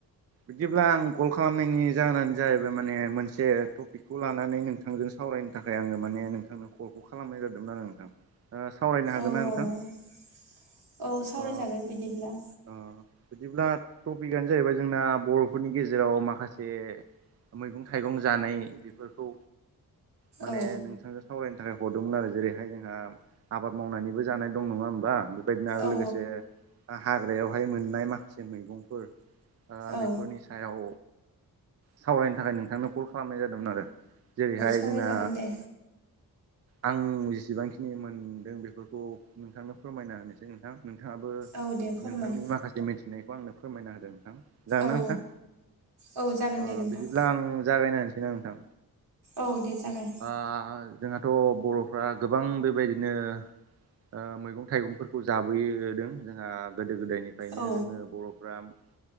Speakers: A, on the right; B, on the right.
A: बिदिब्ला आं कल खालामनायनि जाहोनानो जाहैबाय माने मोनसे टपिक खौ लानानै नोंथांजों सावरायनो थाखाय आङो माने नोंथांनो कलखौ खालामनाय जादोंमोन आरो नोंथां ओ सावरायनो हागोन
B: औ औ
A: ना नोंथां
B: औ सावरायजागोन
A: अ
B: बिदिब्ला
A: अ बिदिब्ला टपिकआनो जाहैबाय जोंना बर'फोरनि गेजेराव माखासे मैगं थाइगं जानाय बेफोरखौ माने
B: औ
A: नोंथां सावरायनो थाखाय हरदोंमोन आरो जेरैहाय जोंहा आबाद मावनानैबो जानाय दं नङा होमबा बेबायदिनो आरो
B: औ
A: लोगोसे हाग्रायावहाय मोननाय माखासे मैगंफोर ओ बेफोरनि
B: औ
A: सायाव सावरायनो थाखाय नोंथांनो कल खालामनाय जादोंमोन आरो जेरैहाय
B: सावरायजागोन
A: जोंना
B: दे
A: आं जेसेबांखिनि मोनदों बेफोरखौ नोंथांनो फोरमायना होनोसै नोंथां नोंथाङाबो
B: औ दे फोरमाय
A: नोंथांनि माखासे मिथिनायखौ आंनो फोरमायना होदों नोंथां जागोन
B: औ
A: ना नोंथां
B: औ जागोन
A: ओ
B: दे नोंथां
A: बिदिब्ला आं जागायना होनसैना नोंथां
B: औ दे जागाय
A: ओ जोंहाथ' बर'फ्रा गोबां बेबायदिनो ओ मैगं थाइगंफोरखौ जाबोदों जोंहा गोदो गोदायनिफ्रायनो
B: औ
A: जोंङो बर' <unintelligible>